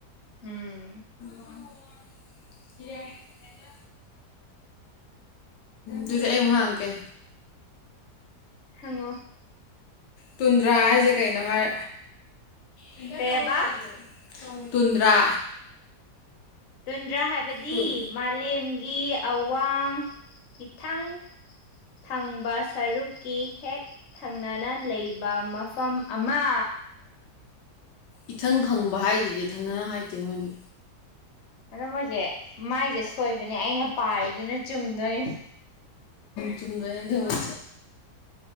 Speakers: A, on the left; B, on the left.
A: ꯎꯝ
B: <unintelligible> <inaudible> ꯗꯨꯗꯤ ꯑꯩ ꯑꯃꯨꯛ ꯍꯪꯉꯛꯀꯦ
A: ꯍꯪꯉꯛ ꯑꯣ
B: ꯇꯨꯟꯗ꯭ꯔꯥ ꯍꯥꯏꯖꯦ ꯀꯩꯅꯣ ꯍꯥꯏ <unintelligible>
A: ꯀꯩꯑꯕ
B: <inaudible> ꯇꯨꯟꯗ꯭ꯔꯥ
A: ꯇꯨꯟ ꯗ꯭ꯔꯥ ꯍꯥꯏꯕꯗꯤ
B: ꯇꯨꯟ
A: ꯃꯥꯂꯦꯝ ꯀꯤ ꯑꯋꯥꯡ ꯊꯪ ꯊꯪꯕ ꯁꯔꯨꯛꯀꯤ ꯍꯦꯛ ꯊꯪꯅꯅ ꯂꯩꯕ ꯃ ꯄꯝ ꯑꯃ
B: ꯏꯊꯪ ꯈꯪꯕ ꯍꯥꯏꯖꯤꯗꯤ ꯊꯪꯪꯅꯅ ꯍꯥꯏꯇꯦ ꯃꯣꯏꯒꯤ
A: ꯑꯗꯣ ꯃꯣꯏꯖꯦ ꯃꯥꯏꯖꯦ ꯁꯣꯏꯕꯅꯦ ꯑꯩꯅ ꯄꯥꯏꯔꯤꯗꯨꯅ ꯆꯨꯝꯗꯣꯏꯅꯤ
B: ꯆꯨꯝꯗꯣꯏꯅꯤ ꯑꯗꯨꯕꯨ